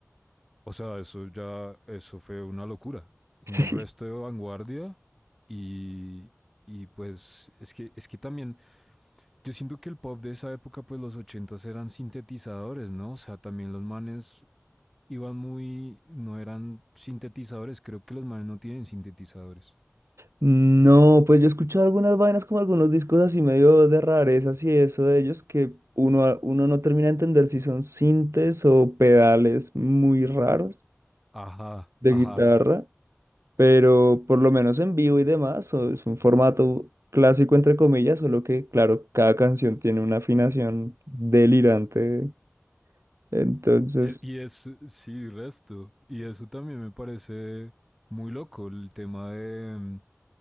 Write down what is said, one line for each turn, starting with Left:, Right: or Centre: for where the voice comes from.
Centre: O sea, eso ya, eso fue una locura. Un
Right: <laughs> Sí.
Centre: resto de vanguardia y, y pues es que, es que también, yo siento que el pop de esa época, pues los ochentas eran sintetizadores, ¿no? O sea, también los manes iban muy, no eran sintetizadores, creo que los manes no tienen sintetizadores.
Right: No, pues yo he escuchado algunas vainas como algunos discos así medio de rarezas y eso de ellos que uno, a- uno no termina de entender si son sintes o pedales muy raros
Centre: Ajá,
Right: de
Centre: ajá.
Right: guitarra, pero por lo menos en vivo y demás, o es un formato clásico entre comillas, solo que claro, cada canción tiene una afinación delirante, entonces...
Centre: Eh, Y es, sí, resto. Y eso también me parece muy loco, el tema de mm,